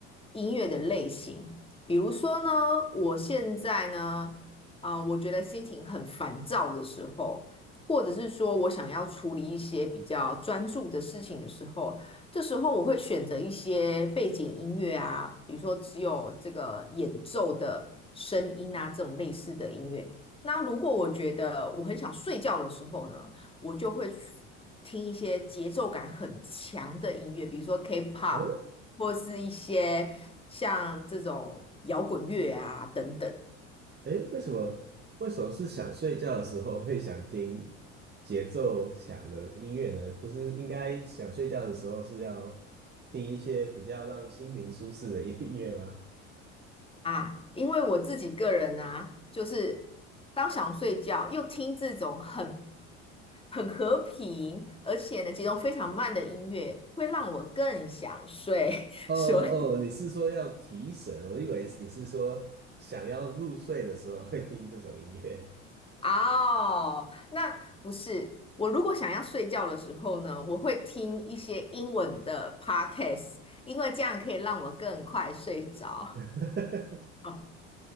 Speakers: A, on the left; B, on the right.
A: 音乐的类型。比如说呢，我现在呢，啊、我觉得心情很烦躁的时候，或者是说我想要处理一些比较专注的事情的时候，这时候我会选择一些背景音乐啊，比如说只有这个演奏的声音啊，这种类似的音乐。那如果我觉得我很想睡觉的时候呢，我就会去听一些节奏感很强的音乐，比如说 K-pop
B: 嗯，
A: 或是一些像这种摇滚乐啊等等。
B: 哎，为什么？为什么是想睡觉的时候会想听节奏强的音乐呢？不是应该想睡觉的时候是要听一些比较让心灵舒适的音乐吗？
A: 啊，因为我自己个人啊，就是当想睡觉又听这种很很和平，而且呢节奏非常慢的音乐，会让我更想睡。<laughs>
B: 哦
A: 所以
B: 哦，你是说要提神？我以为你是说想要入睡的时候会听这种音乐。
A: 哦，那不是我如果想要睡觉的时候呢，我会听一些英文的 podcast，因为这样可以让我更快睡着。
B: <laughs>
A: <laughs>